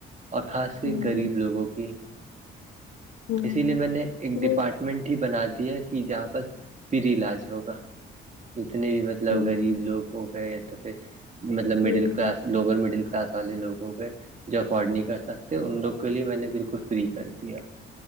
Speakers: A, on the right; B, on the left.
A: اور خاص کے
B: ہوں،
A: غریب لوگوں کی
B: ہوں،
A: اسی لیے میں نے ایک
B: ہوں،
A: ڈیپارٹ منٹ ہی بنا دیا کہ جہاں پر فری علاج ہوگا جتنے بھی مل مطلب
B: ہوں،
A: غریب لوگ ہو گئے تو پھر مطلب
B: ہوں، ہوں،
A: مڈل کلاس لوور مڈل کلاس والے لوگوں کے جو افورڈ نہیں کر سکتے ان لوگ کے لیے میں نے بالکل فری کر دیا